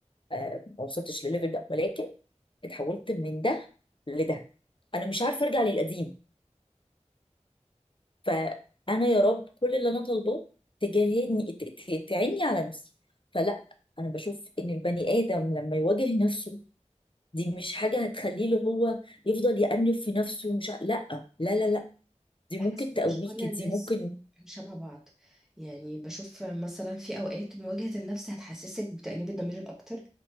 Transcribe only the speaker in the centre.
بحس
ان
مش كل الناس
شبه بعض يعني بشوف مثلا في اوقات مواجهة النفس هتحسسك بتأنيب الضمير الاكتر